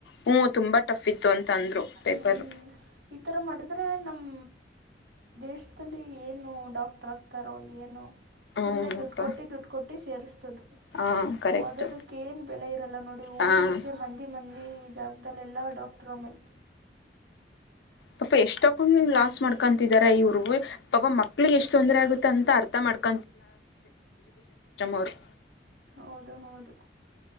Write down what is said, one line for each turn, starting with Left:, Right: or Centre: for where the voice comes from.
Left: ಹ್ಮಞ ತುಂಬಾ ಟಫ್ ಇತ್ತು ಅಂತ ಅಂದ್ರು ಪೇಪರ್.
Right: ಹ್ಮ್ ಈ ಥರ ಮಾಡಿದರೆ ನಮ್ಮ ದೇಶದಲ್ಲಿ ಏನು ಡಾಕ್. ರಕ್ತಾರೋ ಏನೋ ಸುಮ್ಮನೆ
Left: ಹ್ಞೂನಪ್ಪ
Right: ದುಡ್ಡು ಕೊಟ್ಟು ದುಡ್ಡು ಕೊಟ್ಟು ಸೇರಿಸೋದು.
Left: ಹಾಂ ಕರೆಕ್ಟ್
Right: ಓದೋದಕ್ಕೇಏನ್ ಬೆಲೆ ಇರಲ್ಲ ನೋಡಿ
Left: ಹಾಂ
Right: ಊರ್ೂಊರ್ಗೆ ಮಂದಿ ಮಂದಿ. ಲ್ಲಿ ಈ ಜಾಗಲ್ಲೆಲ್ಲ ಡಾಕ್ಟರ್ ಮೇಲೆ.
Left: ಪಪ ಎಷ್ಟಕ್ಕೊಂಡ ಲಾಸ್ ಮಾಡ್ಕೊಂತಿದಿದ್ದಾರೆ ಇವ್ರರುಗ ಪಪ ಮಕ್ಳು ಎಷ್ಟು ತೊಂದರೆ ಆಗುತ್ತ ಅಂತ ಅರ್ಥ ಮಾಡ್ಕ. ಅವರು
Right: ಹೌದು ಹೌದು.